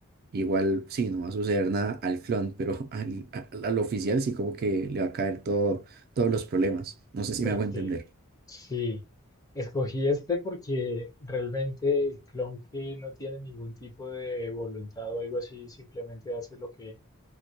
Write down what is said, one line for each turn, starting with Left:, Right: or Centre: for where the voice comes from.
Right: Igual, sí, no va a suceder nada al clon, pero <laughs> al, al- al oficial sí como que le va a caer todo, todos los problemas. No sé si
Left: porque
Right: me hago entender.
Left: sí, escogí este porque realmente el clon que no tiene ningún tipo de voluntad o algo así, simplemente hace lo que,